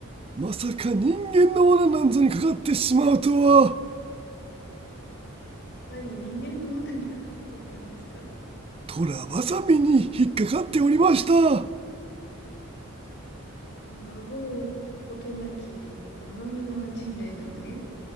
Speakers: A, on the right (about 25°); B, on the left (about 50°).
A: まさか人間の罠なんぞにかかってしまうとは
B: あやっぱり人間の罠にかかっていたんですか
A: 虎バサミに引っかかっておりました
B: 孫うことなき生身の人類なのに、